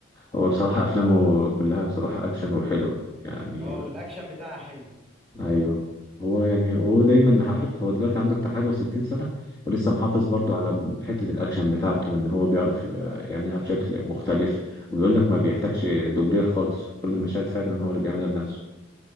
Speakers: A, on the left (about 20°); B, in the centre.
A: هو بصراحه
B: و...
A: افلامه كلها بصراحه اكشن وحلوه يعني
B: اه والاكشن بتاعه حلو
A: ايوه هو يعني هو دايما عارف هو دلوقتي عنده بتاع حاجه و60 سنه ولسه محافظ برضه على حته الاكشن بتاعته وان هو بيعرف يعملها بشكل مختلف وبيقول لك ما بيحتاجش دوبلير خالص كل المشاهد فعلا هو اللي بيعملها بنفسه